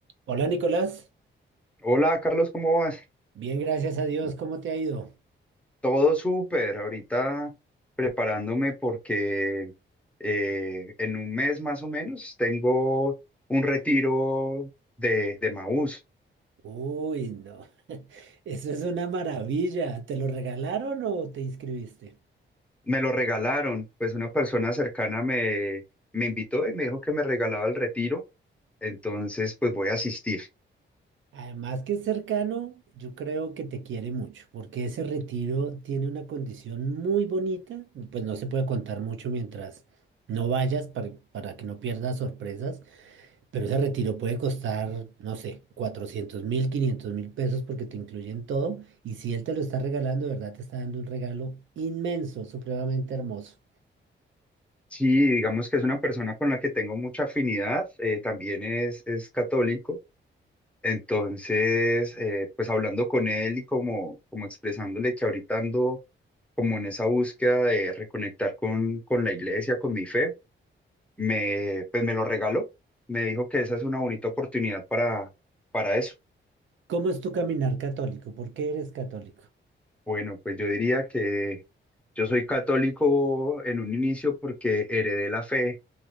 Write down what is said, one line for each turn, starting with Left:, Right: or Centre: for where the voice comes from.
Right: Hola Nicolás,
Centre: Hola Carlos, ¿cómo vas?
Right: bien, gracias a Dios, ¿cómo te ha ido?
Centre: Todo súper, ahorita preparándome porque eh, en un mes más o menos tengo un retiro de, de Maús.
Right: Uy, no, <laughs> eso es una maravilla, ¿te lo regalaron o te inscribiste?
Centre: Me lo regalaron, pues una persona cercana me, me invitó y me dijo que me regalaba el retiro, entonces pues voy a asistir.
Right: Además que es cercano, yo creo que te quiere mucho, porque ese retiro tiene una condición muy bonita, pues no se puede contar mucho mientras no vayas para, para que no pierdas sorpresas, Pero ese retiro puede costar, no sé, 400 mil, 500 mil pesos porque te incluyen todo. Y si él te lo está regalando, de verdad te está dando un regalo inmenso, supremamente hermoso.
Centre: Sí, digamos que es una persona con la que tengo mucha afinidad, eh, también es, es católico. Entonces, eh, pues hablando con él y como, como expresándole que ahorita ando como en esa búsqueda de reconectar con, con la iglesia, con mi fe, me, pues me lo regaló. Me dijo que esa es una bonita oportunidad para, para eso.
Right: ¿Cómo es tu caminar católico? ¿Por qué eres católico?
Centre: Bueno, pues yo diría que yo soy católico en un inicio porque heredé la fe